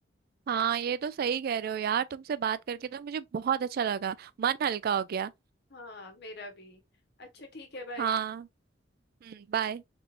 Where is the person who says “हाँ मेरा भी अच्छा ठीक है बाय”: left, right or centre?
Left